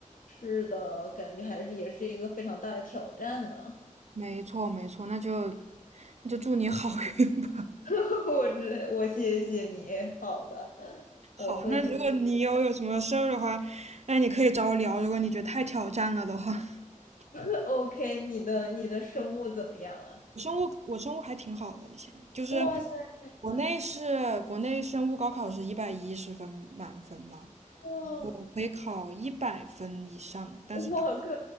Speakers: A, on the left; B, on the right.
A: 是的，感觉还是也是一个非常大的挑战呢。
B: 没错没错，那就那就祝你好运吧。
A: <laughs> 我这我谢谢你，好的，
B: 好，
A: 我会努力的。
B: 那如果你有有什么事儿的话，那你可以找我聊。如果你觉得太挑战了的话，<laughs>
A: <laughs> OK，你的你的生物怎么样啊？
B: 我生物我生物还挺好的，以前就是
A: 哇塞，
B: 国内是国内生物高考是一百一十分满分嘛，
A: 哇
B: 我可以考一百分以上，
A: <laughs>，
B: 但是打
A: 我靠，